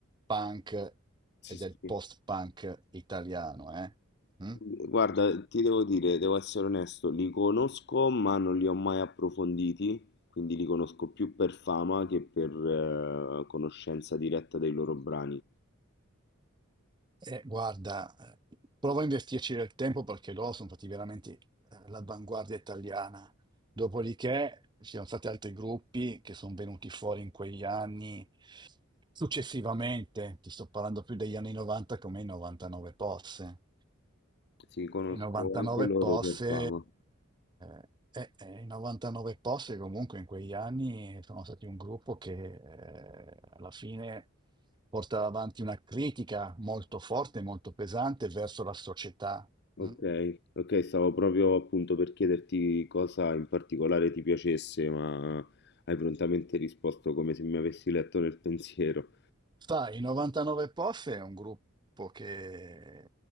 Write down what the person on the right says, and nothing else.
punk
e del
post-punk italiano, eh? Mm?
Eh, guarda, eh, provo a investirci del tempo perché loro sono stati veramente eh, l'avanguardia italiana. Dopodiché ci sono stati altri gruppi che sono venuti fuori in quegli anni Successivamente, ti sto parlando più degli anni 90 come i 99 posse.
I 99
posse,
eh, eh, eh, i 99 posse comunque in quegli anni sono stati un gruppo che eh, alla fine portava avanti una critica molto forte, molto pesante verso la società.
mm?
Sai, i 99 POF è un gruppo che